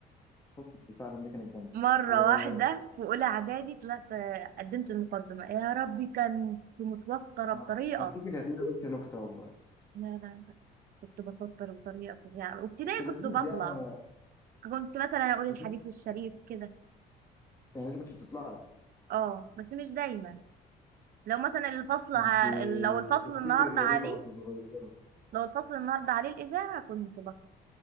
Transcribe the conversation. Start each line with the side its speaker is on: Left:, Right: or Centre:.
Left: فكرة تعلم دي كانت جامده
Right: مرة
Left: ومره
Right: واحدة في أولى إعدادي طلعت آه، قدمت المقدمة يا ربي كنت متوترة
Left: <laughs>
Right: بطريقة
Left: انا افتكر كانت مره قلت نكته والله
Right: لا لا كنت بتوتر بطريقة فظيعة وابتدائي
Left: كنت لذيذ
Right: كنت بطلع
Left: يعني
Right: كنت مثلا أقول الحديث
Left: عارف انت؟
Right: الشريف كده
Left: يعني انت كنت بتطلعي
Right: اه بس مش دايما لو مثلا الفصل ع...
Left: انت
Right: لو الفصل
Left: شخصيتك
Right: النهارده
Left: غريبه
Right: عليه
Left: وانت صغيره
Right: لو الفصل النهارده عليه الإذاعة كنت بطلع